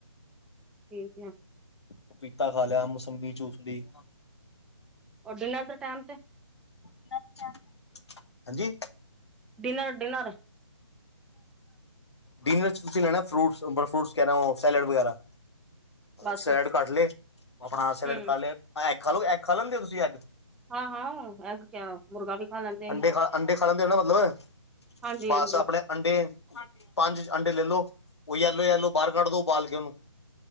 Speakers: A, in the centre; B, on the left.
A: ਠੀਕ ਏ
B: ਪਪੀਤਾ ਖਾ ਲਿਆ ਮੋਸੰਮੀ ਚੂਸ ਲਈ
A: ਰ ਡਿਨਰ ਦੇ ਟਾਈਮ ਤੇ
B: ਹਾਂਜੀ
A: ਡਨਰ ਡਨਰ
B: ਡਿਨਰ ਚ ਤੁਸੀਂ ਲੈਣਾ ਫਰੂਟ ਫਰੂਟ ਕਹਿ ਸੈਲਡ ਵਗੈਰਾ
A: ਬਸ
B: ਸੈਲਡ ਕੱਟ ਲੈ ਆਪਣਾ ਸੈਲਡ
A: ਹਮ
B: ਖਾ ਲਿਆ ਐਗ ਖਾ ਲ ਐਗ ਖਾ ਲੈਂਦੇ ਹੋ ਤੁਸੀਂ ਐੱਗ
A: ਹਾਂ ਹਾਂ ਹੈ ਕ ਮੁਰਗਾ ਵੀ ਖਾ ਲੈਂਦੇ ਅਸੀਂ
B: ਅੰਡੇ
A: ਤਾਂ
B: ਖਾ ਅੰਡੇ ਖਾ ਲੈਂਦੇ ਹੋ ਨਾ ਮਤਲਬ
A: ਹਾਂਜੀ
B: ਬਸ
A: ਹਾਂਜੀ
B: ਆਪਣੇ ਅੰਡੇ ਪੰਜ ਅੰਡੇ ਲੈ ਲੋ ਉਹ ਆਲੋ ਯਲੋ ਬਾਹਰ ਕੱਢ ਦੋ ਉਬਾਲ ਕੇ ਉਹਨੂੰ